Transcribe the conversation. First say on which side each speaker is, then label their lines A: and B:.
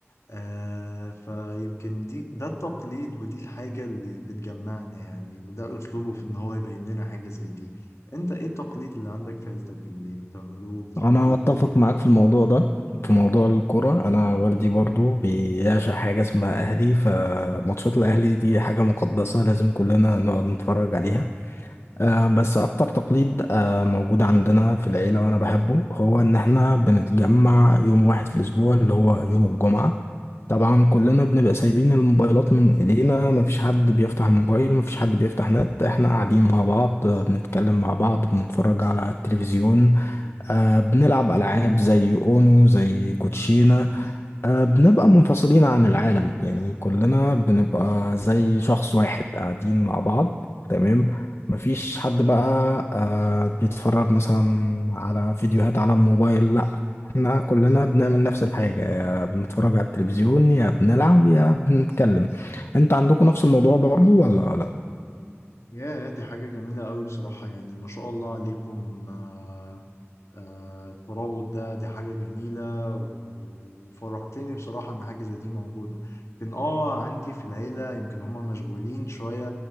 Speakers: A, on the left; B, on the left.
A: آه فيمكن دي ده التقليد ودي الحاجة اللي بتجمعنا يعني وده أسلوبه في إن هو يبين لنا حاجة زي دي أنت إيه التقليد اللي عندك في عيلتك اللي بتعملوه وبتحبوه؟
B: انا اتفق معاك في الموضوع ده في موضوع الكرة انا والدي برضو بيعشق حاجة اسمها اهلي فماتشات الاهلي دي حاجة مقدسة لازم كلنا نقعد نتفرج عليها آه، بس أكتر تقليد آه، موجود عندنا في العيلة وأنا بحبه هو إن إحنا بنتجمع يوم واحد في الأسبوع اللي هو يوم الجمعة طبعا كلنا بنبقى سايبين الموبايلات من إيدينا مفيش حد بيفتح الموبايل مفيش حد بيفتح نت إحنا قاعدين مع بعض آه، بنتكلم مع بعض بنتفرج على التلفزيون آه، بنلعب ألعاب زي أونو زي كوتشينة آه، بنبقى منفصلين عن العالم يعني كلنا بنبقى زي شخص واحد قاعدين مع بعض تمام مفيش حد بقى آه، بيتفرج مثلا على فيديوهات على الموبايل لا احنا كلنا بنعمل نفس الحاجة يا بنتفرج على التلفزيون يا بنلعب يا بنتكلم انت عندكم نفس الموضوع برضو ولا لا؟
A: يا دي حاجة جميلة قوي بصراحة يعني ما شاء الله عليكم آه آه، الترابط ده دي حاجة جميلة وفرحتني بصراحة إن حاجة زي دي موجودة لكن آه عندي في العيلة يمكن هما مشغولين شوية